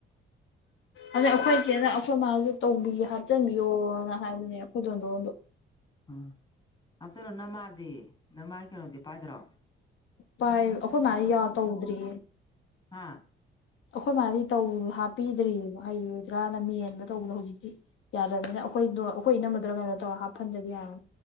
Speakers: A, on the left (about 75°); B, on the left (about 25°).
A: ꯑ ꯑꯣꯈꯣꯏꯗꯤꯅ ꯑꯈꯣꯏ ꯃꯥꯜ ꯇꯧꯕꯤ ꯍꯥꯞꯆꯤꯟꯕꯤꯌꯣꯅ ꯍꯥꯏꯕꯅꯦ ꯑꯩꯈꯣꯏꯗꯣꯟꯗꯣꯟꯗ
B: ꯎ ꯍꯥꯞꯆꯔꯣ ꯅꯃꯥꯗꯤ ꯅꯃꯥꯒꯤ ꯀꯩꯅꯣꯗꯤ ꯄꯥꯏꯗ꯭ꯔꯣ
A: ꯄꯥꯏ ꯑꯩꯈꯣꯏ ꯃꯥꯔꯤ ꯌꯥꯎ ꯇ ꯎꯗꯔꯤ
B: ꯍꯥ
A: ꯑꯩꯈꯣꯏ ꯃꯥꯗꯤ ꯇꯧ ꯍꯥꯞꯄꯤꯗ꯭ꯔꯤꯑ ꯍꯩꯔꯣꯏꯗ꯭ꯔꯅ ꯃꯦꯟꯕ ꯇꯧꯕꯗꯣ ꯍꯧꯖꯤꯛꯇꯤ ꯌꯥꯗ꯭ꯔꯕꯅꯤꯅ ꯑꯩꯈꯣꯏꯗꯣ ꯑꯩꯈꯣꯏ ꯏꯝꯃꯗ꯭ꯔ ꯀꯩꯅꯣ ꯇꯧꯔ ꯍꯥꯞ ꯐꯟꯖꯗꯤ ꯌꯥꯔ